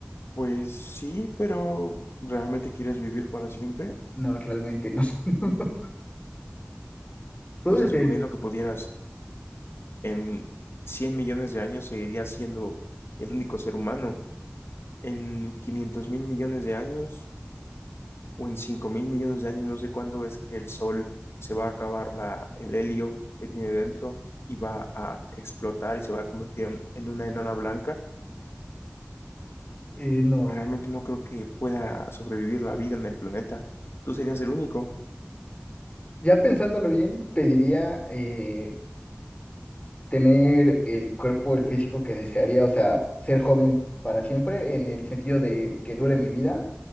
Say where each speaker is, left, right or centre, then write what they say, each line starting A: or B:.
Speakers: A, on the left (about 85°); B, on the left (about 30°).
A: pues sí, pero ¿realmente quieres vivir para siempre?
B: No, realmente no. <laughs> ¿Puedo
A: O sea,
B: decir,
A: suponiendo que pudieras en 100 millones de años, seguirías siendo el único ser humano. en 500 mil millones de años o en 5 mil millones de años, no sé cuándo es que el Sol se va a acabar la, el helio que tiene dentro y va a explotar y se va a convertir en, en una enana blanca.
B: eh, no.
A: pues Realmente no creo que pueda sobrevivir la vida en el planeta. Tú serías el único,
B: Ya pensándolo bien, pediría eh, tener el cuerpo, el físico que desearía, o sea, ser joven para siempre, en el sentido de que dure mi vida.